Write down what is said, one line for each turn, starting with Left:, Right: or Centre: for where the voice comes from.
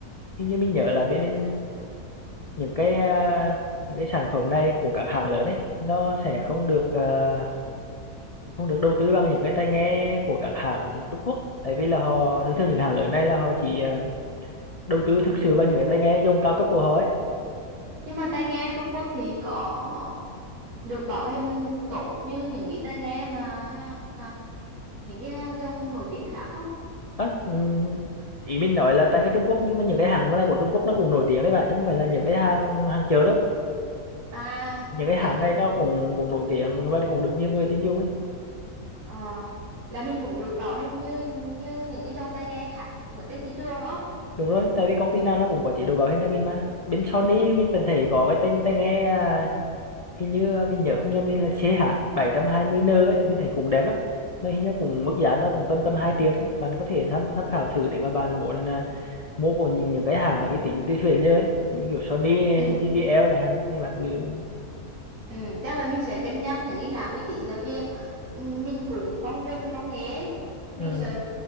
Left: hình như mình nhớ là bên bên những cái à, những cái sản phẩm này của các hãng lớn ấy nó sẽ không được à, không được đầu tư bằng những cái tai nghe của các hãng Trung Quốc tại vì là họ thường thường những hãng lớn này là họ chỉ à, đầu tư thực sự vào những cái tai nghe dòng cao cấp của họ ấy
Right: nhưng mà tai nghe Trung Quốc thì có được bảo hành tốt như những cái tai nghe mà hàng à, những cái hàng dòng nổi tiếng khác không
Left: Á, ừm, ý mình nói là tại cái Trung Quốc nhưng mà những cái hàng này của Trung Quốc nó cũng nổi tiếng đấy bạn chứ không phải là những cái hàng hàng chợ đâu
Right: à
Left: những cái hàng
Right: hiểu rồi
Left: này nó cũng cũng nổi tiếng và cũng được nhiều người tin dùng ấy
Right: Ờ, là mình cũng được bảo hành như như những cái dòng tai nghe khác ở trên thị trường đúng không
Left: đúng rồi tại vì công ty nào nó cũng có chế độ bảo hiểm cho mình mà bên Sony
Right: ừ.
Left: mình vẫn thấy có cái tai tai nghe à, hình như mình nhớ không nhầm thì là xê hát bảy CH 720N ấy mình thấy cũng đẹp lắm nó hình như cũng mức giá nó cũng tầm tầm 2 triệu thôi bạn có thể tham tham khảo thử để mà bạn muốn à, mua của những những cái hàng uy tín từ xưa đến giờ ấy như kiểu Sony này,
Right: ừ
Left: JBL chẳng hạn thì bạn cứ
Right: Ừ, chắc là mình sẽ cân nhắc những cái hãng uy tín tại vì ừ, mình cũng không rành với công nghệ ấy.
Left: Ừ,
Right: mình sợ